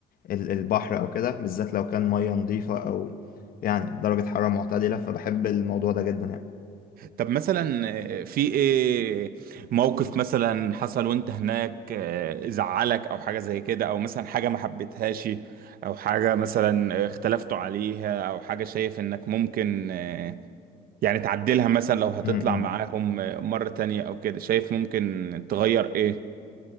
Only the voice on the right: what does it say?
طب مثلا آه، في ايه موقف مثلا حصل وانت هناك آه، زعلك او حاجة زي كده او مثلا حاجة ما حبيتهاش او حاجة مثلا اختلفتوا عليها او حاجة شايف انك ممكن آه، يعني تعدلها مثلا لو هتطلع
معاهم آه، مرة تانية او كده شايف ممكن تغير ايه